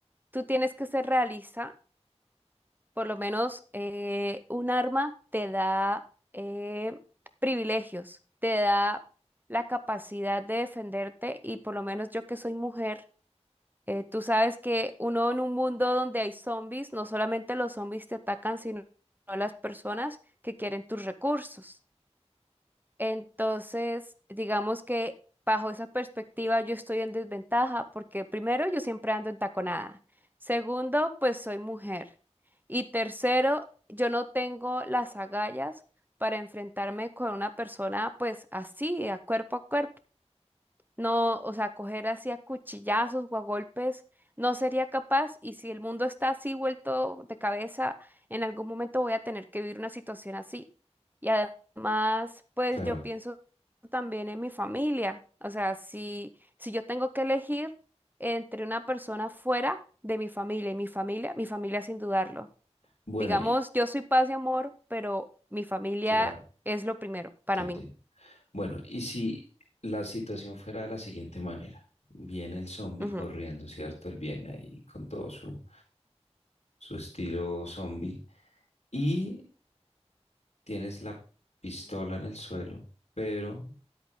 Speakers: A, on the right; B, on the left.
A: tú tienes que ser realista Por lo menos eh, un arma te da eh, privilegios, te da la capacidad de defenderte y por lo menos yo que soy mujer, eh, tú sabes que uno en un mundo donde hay zombies, no solamente los zombies te atacan, sino las personas que quieren tus recursos. Entonces, digamos que bajo esa perspectiva yo estoy en desventaja porque primero yo siempre ando en taconada. Segundo, pues soy mujer. Y tercero, yo no tengo las agallas para enfrentarme con una persona pues así, a cuerpo a cuerpo. No, o sea, coger así a cuchillazos o a golpes, no sería capaz. Y si el mundo está así vuelto de cabeza, en algún momento voy a tener que vivir una situación así. Y además, pues
B: claro.
A: yo pienso también en mi familia. O sea, si, si yo tengo que elegir entre una persona fuera de mi familia y mi familia, mi familia sin dudarlo.
B: Bueno,
A: Digamos,
B: y
A: yo soy paz y amor, pero mi familia
B: claro,
A: es lo primero para
B: te entiendo.
A: mí.
B: Bueno, y si la situación fuera de la siguiente manera, viene el zombie
A: Ujú.
B: corriendo, ¿cierto? Él viene ahí con todo su, su estilo zombie y tienes la pistola en el suelo, pero